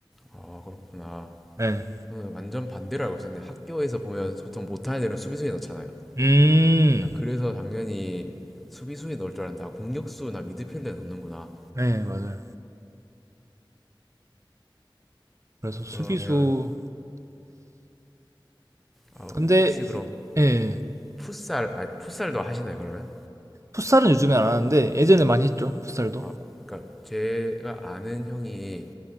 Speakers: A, in the centre; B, on the right.
A: 아, 그렇구나.
B: 예.
A: 저는 완전 반대로 알고 있었는데 학교에서 보면 보통 못하는 애들은 수비수에 넣잖아요.
B: 음.
A: 그러니까 그래서 당연히 수비수에 넣을 줄 알았는데 아, 공격수나 미드필더에 넣는구나.
B: 네, 맞아요. 그래서 수비수
A: 그러면 어,
B: 근데
A: 혹시 그럼
B: 예.
A: 풋살 아, 풋살도 하시나요 그러면?
B: 풋살은 요즘에 안 하는데 예전에 많이 했죠. 풋살도.
A: 어, 그러니까 제가 아는 형이